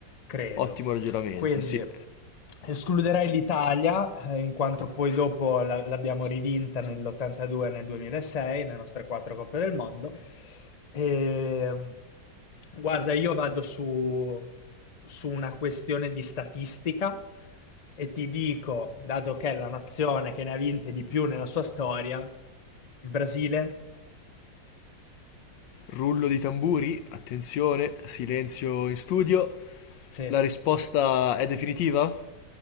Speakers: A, on the left; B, on the left.
A: credo.
B: Ottimo ragionamento,
A: Quindi
B: sì.
A: escluderei l'Italia, eh, in quanto poi dopo la- l'abbiamo rivinta nell'82 e nel 2006, le nostre quattro Coppe del Mondo. E, guarda, io vado su, su una questione di statistica e ti dico, dato che è la nazione che ne ha vinte di più nella sua storia, il Brasile,
B: Rullo di tamburi, attenzione, silenzio in studio.
A: sì,
B: La risposta è definitiva?